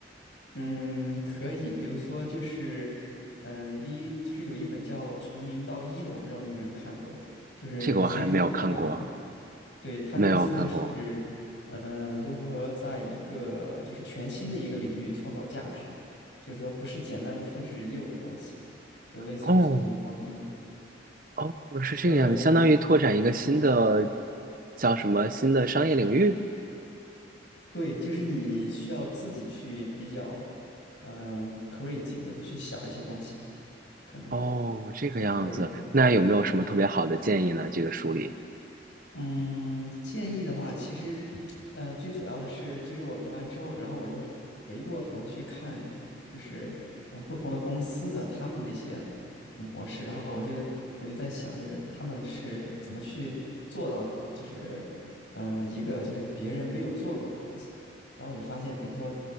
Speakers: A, on the left (about 75°); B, on the right (about 45°).
A: 嗯，可以，比如说就是，嗯，第一就是有一本叫《从零到一》的，我不知道你有没有看过，就是《Zero
B: 这个我还没有看过，
A: to One》，对，他就说是，
B: 没有看过。
A: 嗯，如何在一个就是全新的一个领域创造价值，就是说不是简单的复制已有的东西，就类似于从零到一嘛。
B: 哦，哦，是这个样子，
A: 嗯，
B: 相当于拓展一个新的叫什么新的商业领域。
A: 对，就是你需要自己去比较，嗯，creative 的去想一些东西，可能
B: 哦，这个样子，
A: 对，
B: 那有没有什么特别好的建议呢？这个书里，
A: 嗯，建议的话，其实，呃，最主要的是，就是我读完之后，然后我就回过头去看，就是呃不同的公司的他们的一些模式，然后我就我就在想，就是他们是怎么去做到，就是呃一个就是别人没有做过的东西，然后我就发现，比如说，